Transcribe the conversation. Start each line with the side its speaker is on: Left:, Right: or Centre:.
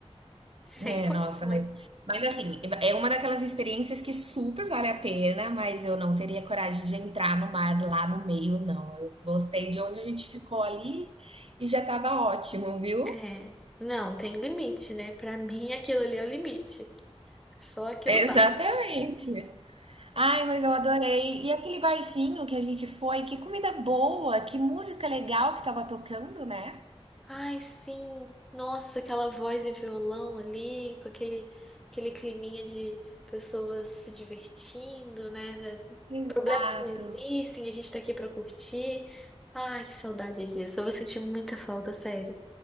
Centre: <laughs> Sem
Right: É,
Centre: condições.
Right: nossa, mas mas assim, é uma daquelas experiências que super vale a pena, mas eu não teria coragem de entrar no mar lá no meio não, eu gostei de onde a gente ficou ali e já estava ótimo, viu?
Centre: É. Não, tem limite, né? Pra mim aquilo ali é o limite. Só aquilo
Right: Exatamente.
Centre: basta.
Right: Ai, mas eu adorei. E aquele barzinho que a gente foi, que comida boa, que música legal que estava tocando, né?
Centre: Ai, sim. Nossa, aquela voz e violão ali, com aquele, aquele climinha de pessoas se divertindo, né?
Right: Exato.
Centre: Problemas não existem, a gente tá aqui pra curtir. Ai, que saudade disso. Eu vou sentir muita falta, sério.